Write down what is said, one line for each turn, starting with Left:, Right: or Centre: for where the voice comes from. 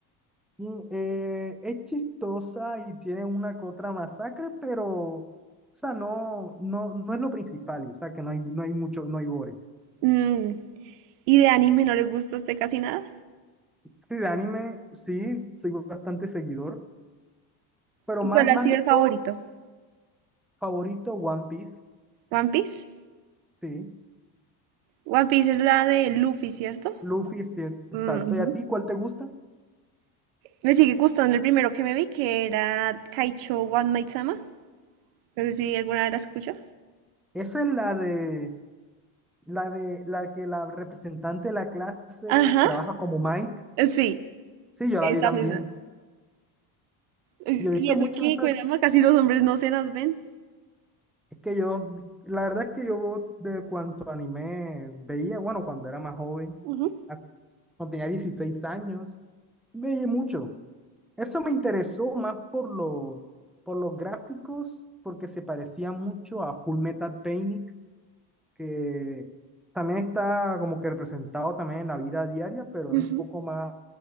Centre: Y, eh, es chistosa y tiene una que otra masacre, pero, o sea, no, no, no es lo principal, o sea, que no hay, no hay mucho, no hay gore.
Right: Mm, ¿Y de anime no le gusta a usted casi nada?
Centre: Sí, de anime, sí, soy bastante seguidor, pero
Right: ¿Y
Centre: más,
Right: cuál ha
Centre: más
Right: sido
Centre: de
Right: el favorito?
Centre: todo, favorito One Piece,
Right: ¿One Piece?
Centre: sí,
Right: One Piece es la de Luffy, ¿cierto?
Centre: Luffy es cierto, exacto.
Right: Mm, ujú.
Centre: ¿Y a ti cuál te gusta?
Right: Me sigue gustando el primero que me vi, que era Kaicho One Might Sama. No sé si alguna vez la escuchó.
Centre: Esa es la de, la de, la que la representante de la clase
Right: Ajá.
Centre: trabaja como Mike,
Right: Sí,
Centre: sí, yo
Right: esa
Centre: la vi también.
Right: misma. Es-
Centre: Yo
Right: Y
Centre: he visto
Right: eso
Centre: muchos,
Right: que, caramba, casi los hombres no se las ven.
Centre: Es que yo, la verdad es que yo de cuanto anime veía, bueno, cuando era más joven,
Right: Ujú.
Centre: as- cuando tenía 16 años, veía mucho. Eso me interesó más por lo, por los gráficos, porque se parecía mucho a Full Metal Panic, que también está como que representado también en la vida diaria, pero
Right: Ujú.
Centre: es un poco más